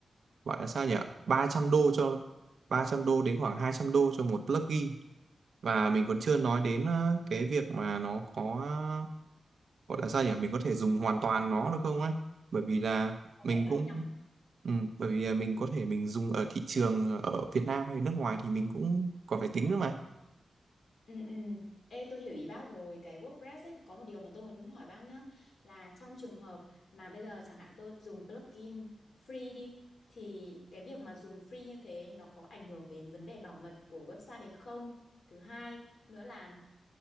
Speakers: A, on the right (about 65°); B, on the left (about 65°).
A: gọi là sao nhỉ 300 đô cho 300 đô đến khoảng 200 đô cho một plugin và mình còn chưa nói đến ờ, cái việc mà nó có ờ, gọi là sao nhỉ mình có thể dùng hoàn toàn nó được không á bởi vì là
B: có
A: mình
B: vẻ đắt
A: cũng
B: nhỉ?
A: ừ, bởi vì là mình có thể mình dùng ở thị trường ở Việt Nam hay nước ngoài thì mình cũng còn phải tính nữa mà
B: Ừ, ừ. Ê, tôi hiểu ý bác rồi cái WordPress ấy, có một điều mà tôi muốn hỏi bác nhá là trong trường hợp mà bây giờ chẳng hạn tôi dùng plugin free đi thì cái việc mà dùng free như thế nó có ảnh hưởng đến vấn đề bảo mật của website đấy không? Thứ hai nữa là